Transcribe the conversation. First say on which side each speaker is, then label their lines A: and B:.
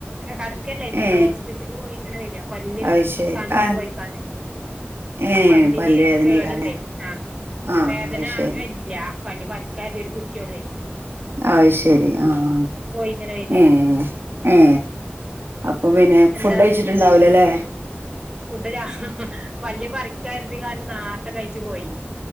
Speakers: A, on the right; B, on the right.
A: കടക്കല്ല ഇഞൻ
B: ഏ
A: ഹോസ്പിറ്റലിൽ പോയി ഇങ്ങനെ വരിയാ പല്ല്
B: അത് ശരി
A: കാണിച്ചാൻ
B: ആ
A: പോയിക്കാണ്ടായി
B: ഏ
A: പല്ലിന്
B: പല്ല് വേദനയൊക്കെ
A: കേടുണ്ടേ ആഹ
B: ആ
A: വേദന
B: അത് ശരി
A: ഇല്ല പല് പ പറിക്കാരുത ഒരു കുറ്റിയള്ളന്
B: അ ശരി ആഹ
A: പോയി ഇങ്ങനെ വരിയാണ്
B: ഉ ഏ അപ്പൊ പിന്നെ
A: എന്താ
B: ഫുഡ് അഴിച്ചിട്ടുണ്ടാവലോല്ലേ
A: ഫുഡ് വല്ിയ പറിക്കരുതി ക നേർത്തെ കഴിച്ച പോയി